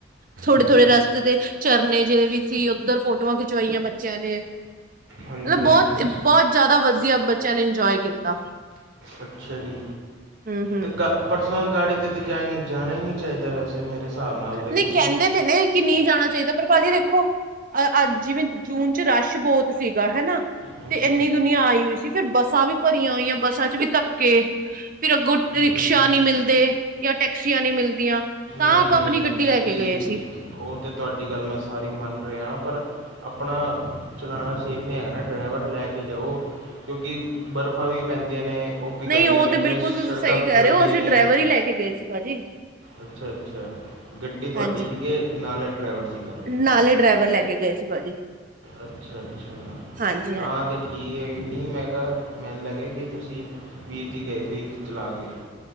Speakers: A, on the right; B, on the right.
A: ਥੋੜੇ
B: ਹਾਂਜੀ
A: ਥੋੜੇ ਰਸਤੇ ਤੇ ਝਰਨੇ ਜੇ ਵੀ ਸੀ ਉੱਧਰ ਫੋਟੋਆਂ ਖਿਚਵਾਈਆਂ ਬੱਚਿਆਂ ਨੇ। ਮਤਲਬ
B: ਹਾਂਜੀ ਹਾਂਜੀ
A: ਬਹੁਤ-ਬਹੁਤ ਜ਼ਿਆਦਾ ਵਧੀਆ ਬੱਚਿਆਂ ਨੇ ਇੰਜੋਏ ਕੀਤਾ।
B: ਅੱਛਾ ਜੀ
A: ਹੂੰ-ਹੂੰ
B: ਤੇ ਗ ਪਰਸਨਲ ਗਾੜੀ ਤੇ ਤਾਂ ਜਾਇ ਜਾਣਾ ਹੀ ਨਹੀਂ ਚਾਹੀਦਾ ਵੈਸੇ ਤੇ ਮੇਰੇ ਸਾਬ ਨਾਲ ਤੇ ਕਿਉਂਕਿ
A: ਨਹੀਂ ਕਹਿੰਦੇ ਤੇ ਨੇ ਕਿ ਨਹੀਂ ਜਾਣਾ ਚਾਹੀਦਾ ਪਰ ਭਾਜੀ ਦੇਖੋ ਅੱਜ ਜਿਵੇਂ ਜੂਨ ਚ ਰਸ਼ ਬਹੁਤ ਸੀਗਾ ਹੈਨਾ
B: ਹਾਂਜੀ,
A: ਤੇ ਇੰਨੀ ਦੁਨੀਆਂ ਆਈ ਹੋਈ ਸੀ ਫਿਰ ਬੱਸਾਂ ਵੀ ਭਰੀਆਂ ਹੋਈਆਂ ਸੀ ਬੱਸਾਂ ਚ ਵੀ ਧੱਕੇ ਫਿਰ ਅੱਗੋਂ ਰਿਕਸ਼ਾ
B: ਹੂੰ।
A: ਨੀ ਮਿਲਦੇ ਯਾ ਟੈਕਸੀਆਂ ਨੀ ਮਿਲਦੀਆਂ ਤਾਂ
B: ਨਹੀਂ
A: ਆਪਾਂ
B: ਨਹੀਂ
A: ਆਪਣੀ ਗੱਡੀ ਲੈ
B: ਜੀ
A: ਕੇ ਗਏ ਸੀ
B: ਓ ਤੇ ਤੁਹਾਡੀ ਗੱਲ ਮੈਂ ਸਾਰੀ ਮੰਨ ਰਿਹਾ ਪਰ ਆਪਣਾ ਚਲਾਣਾ ਸੇਫ ਨੀ ਹੈਗਾ ਨਾ ਡਰਾਈਵਰ ਲੈ ਕੇ ਜਾਓ ਕਿਉਂਕਿ ਬਰਫ਼ਾਂ ਵੀ ਪੈਂਦੀਆਂ ਨੇ ਓ ਪਿਘਲਦੀਆਂ
A: ਨਹੀਂ ਉਹ
B: ਨੇ
A: ਬਿਲਕੁਲ
B: ਤੇ
A: ਤੁਸੀਂ
B: ਸੜਕਾਂ
A: ਸਹੀ
B: ਫਿਸਲਦੀਆਂ
A: ਕਹਿ ਰਹੇ ਹੋ ਅਸੀਂ
B: ਨੇ
A: ਡਰਾਈਵਰ ਹੀ ਲੈ ਕੇ ਗਏ ਸੀ ਭਾਜੀ
B: ਅੱਛਾ-ਅੱਛਾ ਗੱਡੀ ਤੁਹਾਡੀ
A: ਹਾਂਜੀ
B: ਸੀਗੇ ਨਾਲ ਏ ਡਰਾਈਵਰ ਸੀ ਗਾ
A: ਨਾਲੇ ਡਰਾਈਵਰ
B: <unintelligible>
A: ਲੈ ਕੇ ਗਏ ਸੀ ਭਾਜੀ
B: ਅੱਛਾ-ਅੱਛਾ
A: ਹਾਂਜੀ
B: ਤਾਂ
A: ਹਾਂਜੀ
B: ਤੇ ਠੀਕ ਹੈ <unintelligible> ਨੀ ਮੈਂ ਕਿਹਾ ਮੈਨੂੰ ਲੱਗਿਆ ਕਿ ਤੁਸੀਂ ਵੀਰ ਜੀ ਗਏ ਸੀ ਚਲਾ ਕੇ